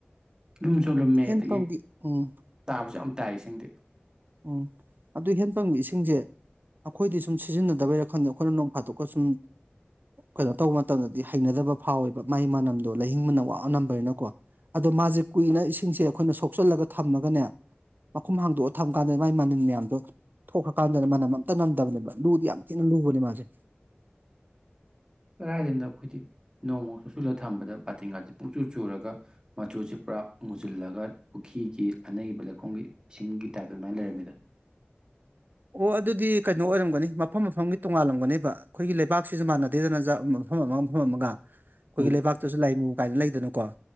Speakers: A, on the right (about 20°); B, on the right (about 55°).
A: ꯂꯨꯝꯁꯨ ꯂꯨꯝꯃꯦ
B: ꯍꯦꯟꯄꯝꯒꯤ
A: ꯑꯗꯒꯤ
B: ꯎꯝ
A: ꯇꯥꯕꯁꯨ ꯌꯥꯝ ꯇꯥꯏ ꯏꯁꯤꯡꯗꯤ
B: ꯑꫭ ꯑꯗꯨꯏ ꯍꯦꯟꯄꯝꯒꯤ ꯏꯁꯤꯡꯖꯦ ꯑꯩꯈꯣꯏꯗꯤ ꯁꯨꯝ ꯁꯤꯖꯤꯟꯅꯗꯕꯩꯔ ꯈꯪꯗꯦ ꯑꯩꯈꯣꯏꯅ ꯅꯣꯡ ꯐꯥꯗꯣꯛꯀ ꯁꯨꯝ ꯀꯩꯅꯣ ꯇꯧꯕ ꯃꯇꯝꯗꯗꯤ ꯍꯩꯅꯗꯕ ꯐꯥꯎꯋꯦꯕ ꯃꯥꯏ ꯃꯅꯝꯗꯣ ꯂꯩꯍꯤꯡ ꯃꯅꯝ ꯋꯥ ꯅꯝꯕꯅꯤꯅꯀꯣ ꯑꯗꯣ ꯃꯥꯁꯦ ꯀꯨꯏꯅ ꯏꯁꯤꯡꯁꯦ ꯑꯩꯈꯣꯏꯅ ꯁꯣꯛꯆꯜꯂꯒ ꯊꯝꯃꯒꯅꯦ ꯃꯈꯨꯝ ꯍꯥꯡꯗꯣꯛ ꯊꯝ ꯀꯥꯟꯗ ꯃꯥꯏ ꯃꯅꯤꯟ ꯃꯌꯥꯝꯗꯣ ꯊꯣꯛꯈ꯭ꯔꯀꯥꯟꯗ ꯃꯅꯝ ꯑꯝꯇ ꯅꯝꯗꯕꯅꯦꯕ ꯂꯨꯗꯤ ꯌꯥꯝ ꯊꯤꯅ ꯂꯨꯕꯅꯦ ꯃꯥꯁꯦ
A: ꯀꯗꯥꯏꯗꯩꯅꫭ ꯑꯩꯈꯣꯏꯗꯤ ꯅꯣꯡꯃ ꯀꯨꯞꯆꯜꯂ ꯊꯝꯕꯗ ꯕꯥꯥꯇꯤꯟꯒꯥꯁꯦ ꯄꯨꯡꯆꯨ ꯆꯨꯔꯒ ꯃꯆꯨꯖꯤ ꯄꯨꯔꯥ ꯃꯨꯁꯤꯜꯂꯒ ꯄꯨꯈ꯭ꯔꯤꯒꯤ ꯑꯅꯩꯕ ꯂꯩꯈꯣꯝꯒꯤ ꯏꯁꯤꯡꯒꯤ ꯇꯥꯏꯞꯇ ꯑꯗꯨꯃꯥꯏ ꯂꯩꯔꯝꯃꯤꯗ
B: ꯑꯣ ꯑꯗꯨꯗꯤ ꯀꯩꯅꯣ ꯑꯣꯏꯔꯝꯒꯅꯤ ꯃꯐꯝ ꯃꯐꯝꯒꯤ ꯇꯣꯉꯥꯜꯂꯝꯒꯅꯦꯕ ꯑꯩꯈꯣꯏꯒꯤ ꯂꯩꯕꯥꯛꯁꯤꯖꯨ ꯃꯥꯟꯅꯗꯦꯗꯅ ꯃꯐꯝ ꯑꯃ ꯃꯐꯝ ꯑꯃꯒ
A: <inaudible>
B: ꯑꯩꯈꯣꯏꯒꯤ ꯂꯩꯕꯥꯛꯇꯁꯨ ꯂꯥꯏꯃꯨ ꯀꯥꯏꯅ ꯂꯩꯗꯅꯀꯣ